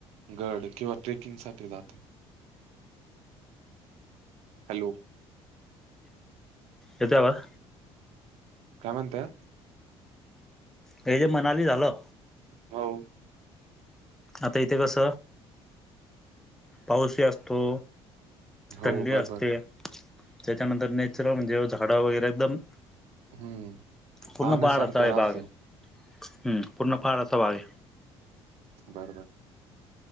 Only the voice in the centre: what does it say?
येतोय आवाज?
त्याज मनाली झालं.
आता इथे कस पाऊसही असतो
थंडी
असते त्याच्यानंतर नॅचरल म्हणजे झाडं वगैरे एकदम
पूर्ण
पहाडाचा आहे
भाग हम्म पूर्ण पहाडाचा भाग आहे.